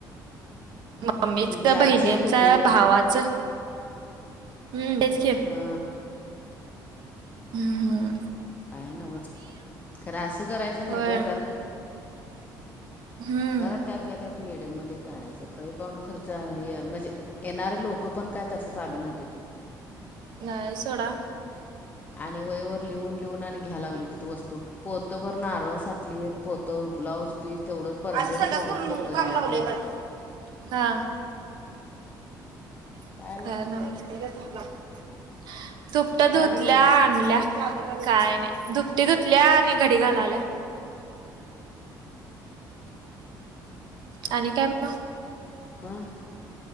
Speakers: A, on the right; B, on the left.
A: मम्मीच,
B: तिची आजी
A: बहिणींचा,
B: एक होती
A: भावाचं हम्म तेच की.
B: हा
A: हम्म, हम्म.
B: काय न्हवच. खरं असं करायचं नाही
A: होय
B: ग. जरा
A: हम्म
B: जरा त्यातल्या त्यात मेडेममध्ये काढायचं. पै पावण खर्च हे म्हणजे येणारे लोकं पण काय तसंच आली नव्हतीत.
A: नाही सोडा.
B: आणि वयवर लिहून लिहून आणि घ्या लागली हुतीत वस्तू, पोतभर नारळ साठलीत. पोतं, ब्लाऊज पीस तेवढंच, परंजेड
A: आज संडास
B: तेवढंच
A: करून
B: लोकं
A: काम
B: द्यालतीत.
A: लावलंय मला हा. <unintelligible>
B: काय आलं
A: धुपाटं
B: काय
A: धुतल्या
B: झालं ग
A: आणल्या काय नाही. धुपटी धुतल्या आणि घडी घालायल्या. आणि काय मग?
B: हं.